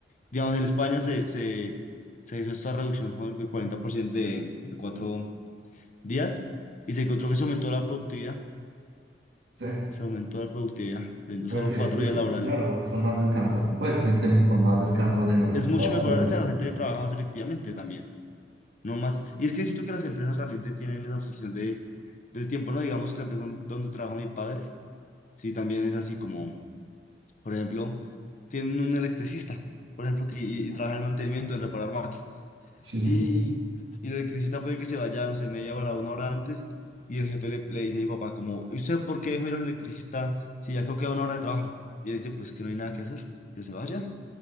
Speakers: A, on the left; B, on the right.
A: digamos, en España se, se, se hizo esta reducción con el del 40% de, de cuatro días y se encontró que se aumentó la productividad.
B: sí,
A: Se aumentó la productividad, teniendo
B: porque
A: solo cuatro
B: creo
A: días
B: que,
A: laborales.
B: sí, claro, güey, son más descansados, pues gente con más descansos y mejor
A: es mucho
B: trabajo,
A: mejor,
B: pero
A: claro, gente que trabaja más efectivamente también, no más. Y es que siento que las empresas realmente tienen esa obsesión de, del tiempo, ¿no? Digamos, la empresa don- donde trabaja mi padre, sí, también es así como, por ejemplo, tienen un electricista, por ejemplo, que y, y trabaja en mantenimiento, en reparar máquinas.
B: sí, sí,
A: Y, y el electricista puede que se vaya, no sé, media hora, una hora antes, y el jefe le, le dice a mi papá, como, ¿y usted por qué dejó ir al electricista si ya creo que queda una hora de trabajo? Y él dice, pues que no hay nada que hacer, que se vaya.